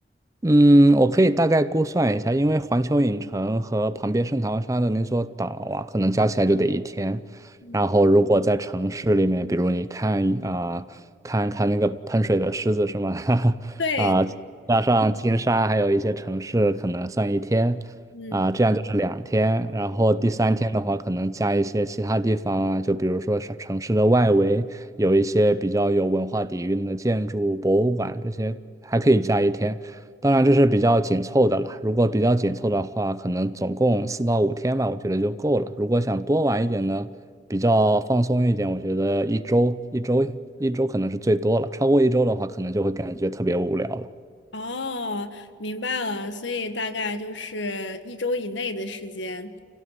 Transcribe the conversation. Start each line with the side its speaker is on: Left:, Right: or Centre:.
Right: 嗯，我可以大概估算一下，因为环球影城和旁边圣淘沙的那座岛啊，可能加起来就得一天。
Left: 嗯，
Right: 然后，如果在城市里面，比如你看啊、看看那个喷水的狮子是吗？<laughs>
Left: 对，
Right: 啊、加上金沙，还有一些城市，可能算一天啊、
Left: 嗯，
Right: 这样就是两天。然后第三天的话，可能加一些其他地方啊，就比如说是城市的外围有一些比较有文化底蕴的建筑、博物馆这些，还可以加一天。当然这是比较紧凑的了，如果比较紧凑的话，可能总共四到五天吧，我觉得就够了。如果想多玩一点呢，比较放松一点，我觉得一周一周一周可能是最多了。超过一周的话，可能就会感觉特别无聊了。
Left: 哦，明白了，所以大概就是一周以内的时间。